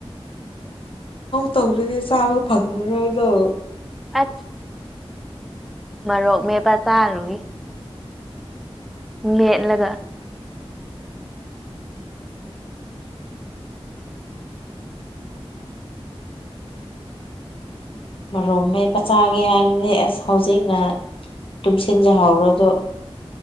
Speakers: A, on the left; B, in the centre.
A: ꯇꯧꯔꯤꯁꯕ ꯐꯗꯃꯔ ꯑꯣꯏꯣꯏꯗꯣ
B: ꯑ ꯃꯔꯣꯔꯣꯛ ꯃꯦꯄꯥ ꯆꯥꯔꯨꯏ ꯃꯦ ꯂ
A: ꯃꯔꯣ ꯃ ꯄꯆꯥꯒꯦ ꯍꯥꯏꯔꯗꯤ ꯑꯁ ꯍꯧꯖꯤꯛꯅ ꯇꯨꯝꯁꯤꯟꯖꯍꯧꯔꯗꯣ